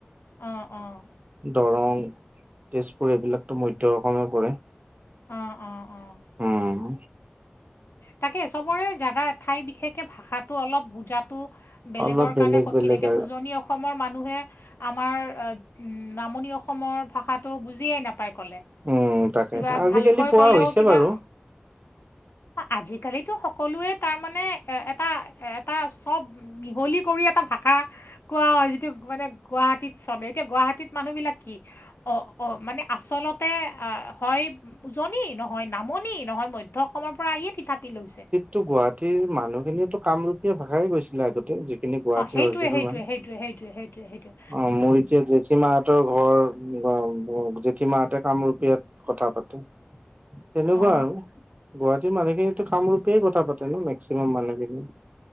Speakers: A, on the left; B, on the right.
A: অঁ-অঁ!
B: দৰং, তেজপুৰ এইবিলাকতো মধ্য অসমে পৰে।
A: অঁ-অঁ-অঁ!
B: উম!
A: তাকে চবৰে জেগা ঠাই বিশেষকৈ ভাষাটো অলপ বুজাত টো বেলেগৰ
B: অলপ বেলেগ
A: কাৰণে কঠিন।
B: বেলেগ
A: এতিয়া
B: আৰু
A: উজনি অসমৰ মানুহে আমাৰ নামনি অসমৰ ভাষাটো বুজিয়েই নাপ তাই ক'লে,
B: উম, তাকে
A: কিবা
B: আজিকালি
A: ভালকৈ
B: পোৱা
A: ক'লেও
B: হৈছে
A: কিবা
B: বাৰু।
A: আজিকালিতো সকলোৱে তাৰমানে এটা এটা চব মিহলি কৰি এটা ভাষা কোৱা হয় যিটো মানে গুৱাহাটীত চলে এতিয়া গুৱাহাটীত মানুহবিলাক কি অ অ মানে আচলতে আ হয় উজনি নহয় নামনি নহয় মধ্য অসমৰ পৰা আহিয়ে থিতাপি লৈছে।
B: টো গুৱাহাটীৰ মানুহখিনিয়েটো কামৰূপীয়া ভাষাই কৈছিলে আগতে। যিখিনি গুৱাহাটীৰ
A: অ সেইটোয়ে
B: অৰিজিনেল
A: সেইটোয়ে
B: মানুহ।
A: সেইটোয়ে সেইটোয়ে সেইটোয়ে।
B: অ মোৰ এতিয়া জেঠী মাহঁতৰ ঘৰ <unintelligible> জেঠিমাহঁতে কামৰূপীয়াত কথা পাতে, তেনেকুৱা
A: অ
B: আৰু। গুৱাহাটীৰ মানুহখিনিতো কামৰূপেই কথা পাতে ন মেক্সিমাম মানুহখিনি।